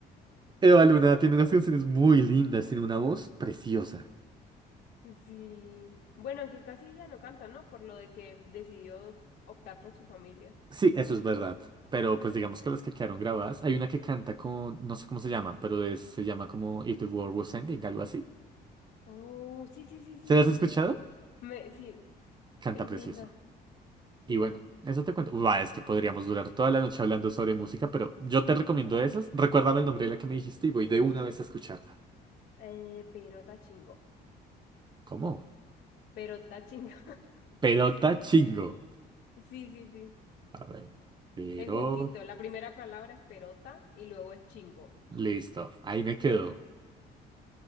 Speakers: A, on the right; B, on the left.
A: Eva Luna tiene unas canciones muy lindas, tiene una voz preciosa.
B: Sí. Bueno, aunque casi ya no canta, ¿no? Por lo de que decidió optar por su familia.
A: Sí, eso es verdad. Pero pues digamos que las que quedaron grabadas, hay una que canta con, no sé cómo se llama, pero es- se llama como If the World Was Ending, algo así.
B: Oh, sí, sí, sí, sí.
A: ¿Se las has escuchado?
B: Le- Me, sí,
A: Canta
B: es
A: precioso.
B: linda. Sí.
A: Y bueno, eso te cuento. Buah, es que podríamos durar toda la noche hablando sobre música, pero yo te recomiendo esas. Recuérdame el nombre de la que me dijiste y voy de una vez a escucharla.
B: Eh, perota chingó.
A: ¿Cómo?
B: Perota chingó. <laughs>
A: Pelota chingo.
B: Sí, sí, sí.
A: A ver, pero...
B: Es juntito. La primera palabra es perota y luego es chingo.
A: Listo, ahí me quedó.